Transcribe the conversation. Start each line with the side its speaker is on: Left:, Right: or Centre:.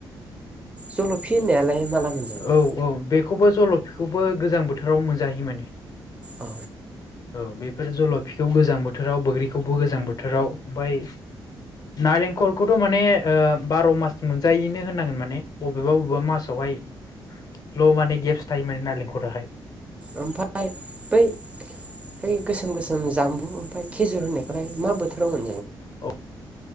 Right: जल'फि होननायालाय माला मोनजायो
Left: औ औ बेखौबो जल'फिखौबो गोजां बोथोराव मोनजायो मोन
Right: औ
Left: औ बेफोर जलफिखौ गोजां बोथोराव बोग्रिखौबो गोजां बोथोराव ओमफ्राय नालेंखलखौथ' माने बार' मास मोनजायैनो होनांगोन माने बबेबा बबेबा मासावहाय ल' माने गेब्स थायो माने नारेंखराहाय <inaudible>
Right: ओमफ्राय बै बै गोसोम गोसोम जामबु ओमफ्राय खेजुर होननायखौलाय मा बोथोराव मोन
Left: औ